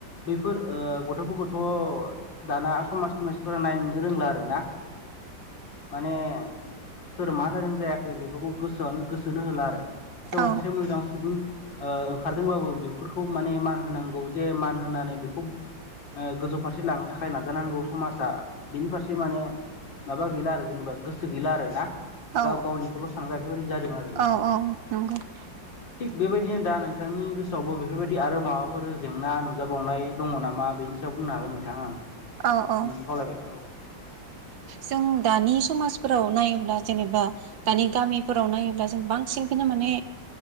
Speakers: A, on the left (about 75°); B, on the right (about 80°).
A: बैफोर ओ गथ'फोरखौथ' दाना समाजनि मानसिफोरा नायनोनो रोंला आरोना। माने। सोर मा जादों जायाखै बेफोरखौ गोसोआनो गोसोनो होला आरो। सोरबा
B: औ
A: सासे मोजां सुबुं ओंखारदोंबाबो। बेफोरखौ माने मान होनांगौ जे मान होनानै बेखौ। गोजौ फारसे लांनो थाखाय नाजानांगौ समाजा बिनि फारसे माने माबा गैला आरो। जेनेबा गोसो गैला आरो
B: औ
A: गाव गावनिखौल' सानग्रा बेफोरबायदि जादों आरो नोंथां।
B: औ औ <inaudible>
A: थिग बेबायदिनो दा नोंथांनि। आवबो बेफोरबायदि आरो माबाफोर जेंना नुजाबावनाय दंङ नामा बेनि सायाव बुंनो हागोन नोंथाङा।
B: औ औ
A: बुंनो खावलायबाय औ
B: जों दानि। समाजफोराव नायोब्ला जेनेबा दानि गामिफोराव नायोब्ला जों बांसिनखौनो माने।